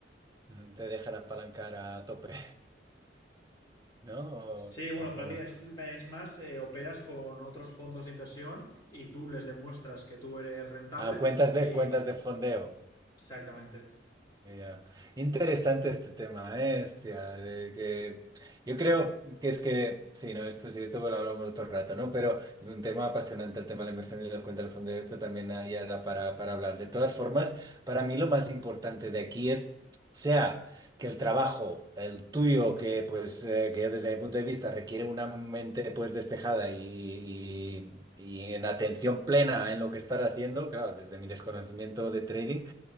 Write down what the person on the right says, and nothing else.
mm, Te dejan apalancar a tope. ¿no? O,
o como,
ah, cuentas de,
cuentas de fondeo.
Ya. Interesante este tema, ¿eh? Hostia, de que yo creo que es que, sí, no, esto sí, esto lo hablamos otro rato, ¿no? Pero es un tema apasionante el tema de la inversión y la cuenta del fondo, esto también ah, ya da para, para hablar. De todas formas, para mí lo más importante de aquí es, sea que el trabajo, el tuyo, que pues, eh, que desde mi punto de vista requiere una mente pues despejada y, y y en atención plena en lo que estar haciendo, claro, desde mi desconocimiento de trading